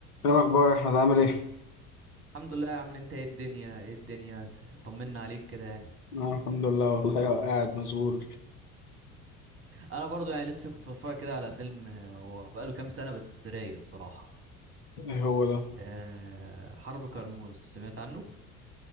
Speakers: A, on the left (about 80°); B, on the right (about 30°).
A: ايه الاخبار يا احمد عامل ايه
B: الحمد لله يا عم انت ايه الدنيا ايه الدنيا س- طمنا عليك كده يعني
A: آه الحمد لله والله هو قاعد مشغول
B: انا برضو يعني لسه كنت بتفرج كده على فيلم آه، هو بقاله كام سنة بس رايق بصراحة
A: ايه هو ده
B: أه حرب كرموز سمعت عنه